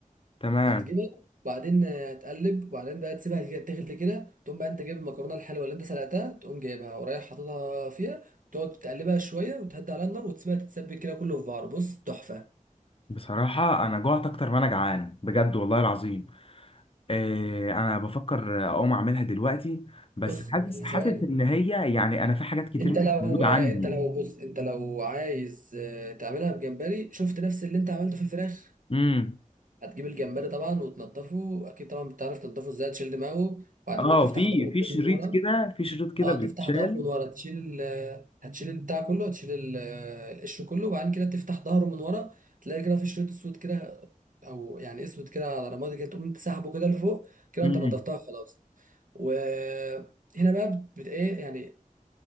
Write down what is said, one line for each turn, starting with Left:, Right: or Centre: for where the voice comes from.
Left: تمام
Right: هتجيبها وبعدين آه، هتقلب وبعدين بقى تسيبها كده- تغلي كده تقوم بقى انت جايب المكرونه الحلوه اللي انت سلقتها تقوم جايبها ورايح حاططها فيها تقعد تقلبها شويه وتهدي على النار وتسيبها تتسبك كده كله في بعض بص تحفه
Left: بصراحه انا جوعت اكتر ما انا جعان بجد والله العظيم آه، انا بفكر اقوم اعملها دلوقتي بس
Right: بص
Left: حاسس
Right: بس
Left: حاسس
Right: ثواني
Left: ان هي يعني انا في حاجات كتير
Right: انت
Left: مش
Right: لو
Left: موجوده
Right: آه،
Left: عندي
Right: انت لو بص انت لو عايز آه، تعملها بجمبري شفت نفس اللي انت عملته في الفراخ
Left: امم
Right: هتجيب الجمبري طبعا وتنضفه اكيد طبعا بتعرف تنضفه ازاي تشيل دماغه وبعدين
Left: اه
Right: تفتح
Left: في
Right: ظهره
Left: في شريط
Right: من ورا
Left: كده في شريط كده
Right: اه
Left: بيتشال
Right: تفتح ظهره من ورا تشيل ال هتشيل البتاع كله هتشيل ال- القشر كله وبعدين كده تفتح ظهره من ورا تلاقي كده في شريط اسود كده او يعني اسود كده على رمادي كده تقوم تسحبه كده لفوق كده
Left: امم
Right: انت نضفتها خلاص وهنا بقى بت بت- ايه يعني